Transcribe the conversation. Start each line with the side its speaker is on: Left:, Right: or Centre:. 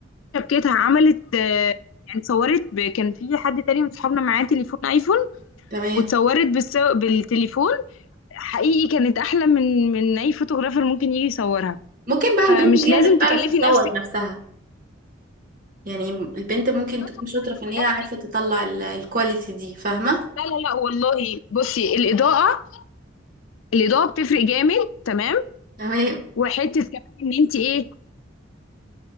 Left: شبكتها عملت آه، يعني اتصورت ب... كان في حد تاني من صحابنا معاه تليفون ايفون
Right: تمام
Left: واتصورت بالسو... بالتليفون حقيقي كانت احلى من من اي فوتوغرافر ممكن يجي يصورها
Right: ممكن بقى
Left: فمش
Right: البنت هي
Left: لازم
Right: اللي تعرف
Left: تكلفي
Right: تصور
Left: نفسك
Right: نفسها يعني البنت ممكن
Left: الخطوة
Right: تكون شاطرة في ان
Left: كلها
Right: هي عارفة تطلع ال- الكواليتي دي فاهمة
Left: لا لا لا والله بصي الاضاءه الاضاءه بتفرق جامد تمام
Right: تمام
Left: وحته كمان ان انت ايه